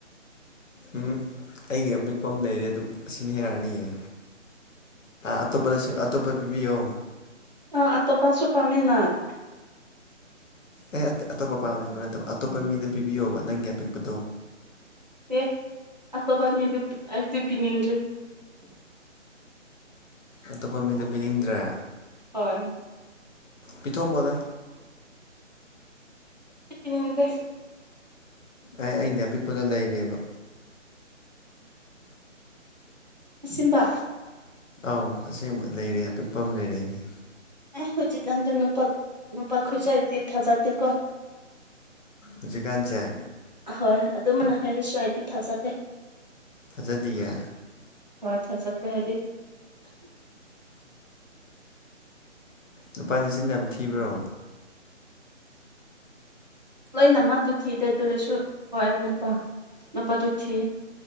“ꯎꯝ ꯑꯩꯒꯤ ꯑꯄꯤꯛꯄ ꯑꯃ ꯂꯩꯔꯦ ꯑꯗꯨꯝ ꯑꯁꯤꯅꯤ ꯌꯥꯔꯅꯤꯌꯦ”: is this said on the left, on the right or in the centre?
Left